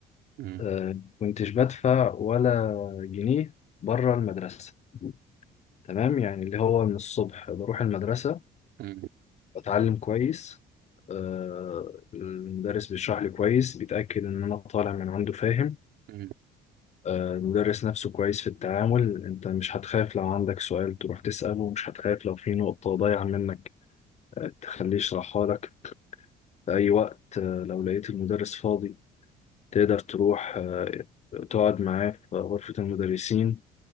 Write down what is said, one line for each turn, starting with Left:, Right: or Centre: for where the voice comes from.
Right: مم،
Left: آه، كنتش بدفع ولا جنيه بره المدرسة تمام يعني اللي هو من الصبح بروح المدرسة
Right: مم،
Left: بتعلم كويس آه، المدرس بيشرح لي كويس بيتأكد إن أنا طالع من عنده فاهم
Right: مم،
Left: آه، المدرس نفسه كويس في التعامل أنت مش هتخاف لو عندك سؤال تروح تسأله مش هتخاف لو في نقطة ضايعة منك آه، تخليه يشرحها لك في أي وقت آه، لو لقيت المدرس فاضي تقدر تروح آه، تقعد معاه في غرفة المدرسين